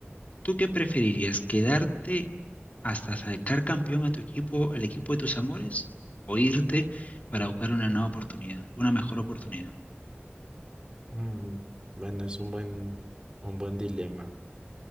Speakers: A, on the left; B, on the right.
A: ¿Tú qué preferirías? ¿Quedarte hasta sacar campeón a tu equipo, al equipo de tus amores, o irte para buscar una nueva oportunidad, una mejor oportunidad?
B: Mm, Bueno, es un buen, un buen dilema.